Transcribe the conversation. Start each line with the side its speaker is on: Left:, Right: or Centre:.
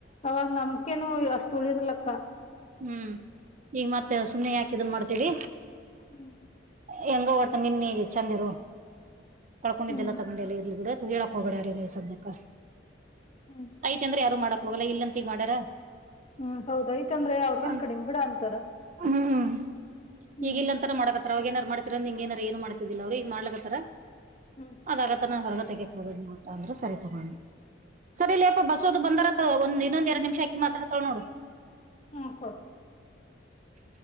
Left: ಅವಾಗ ನಮ್ಕೇನು ಅಷ್ಟ ಉಳಿದಿಲಕ್ಕ.
Right: ಹ್ಮ್ ಈಗ ಮತ್ತ ಸುಮ್ಮನೆ ಯಾಕ ಇದನ ಮಾಡ್ತೀರಿ.
Left: ಹ್ಮ್.
Right: ಹೆಂಗೊ ಒಟ್ಟ ನಿನ್ನ ನಿ ಚಂದಿರು ಕಳ್ಕೊಂಡಿದ್ದೆಲ್ಲ
Left: ಹ್ಮ್
Right: ತಗೊಂಡೆಲ್ಲ ಇರ್ಲಿ ಬಿಡು. ಹೇಳಕ್ ಹೋಗಬೇಡಾ ಯಾರಿಗೂ ಈಗ ಸುಮ್ನೆಕ
Left: ಹ್ಮ್
Right: ಐತಂದ್ರ ಯಾರು ಮಾಡಕ್ ಹೋಗಲ್ಲ ಇಲ್ಲಂತಿಗ ಮಾಡ್ಯಾರ.
Left: ಹ್ಮ್ ಹೌದ ಐತಂದ್ರ ಎ ಅವ್ರಗೇನ್
Right: ಅಂ
Left: ಕಡಿಮ್ ಬಿಡ ಅಂತಾರ.
Right: ಹ್ಮ್
Left: ಹ್ಮ್
Right: ಈಗಿಲ್ಲಾಂತರ ಮಾಡಕತ್ತಾರ ಅವಾಗ ಏನರ ಮಾಡ್ ದ್ರ ನಿಂಗ್ ಏನರ ಏನು ಮಾಡ್ತಿದಿಲ್ಲ ಅವರು ಈಗ್ ಮಾಡ್ಲಕ್ಕತ್ತಾರ
Left: ಹ್ಮ್
Right: ಅದ್ ಆಗತ್. ತನ ಹೊರಗತೆಗೆಕ್ ಹೋಗಬೇಡ್ ಅಂದ್ರ ಸರಿ ತಗೊ ಅನ್ನಿ ಸರಿ ಲೆಪಾ ಬಸು ಅದು ಬಂದರ. ಒಂದ ಇನ್ನಂದ ಎಡ ನಿಮಿಷಾ ಆಕಿ ಮಾತಡ್ಕಳ್ ನೋಡ.
Left: ಹ್ಮ್ ಕೊಡ.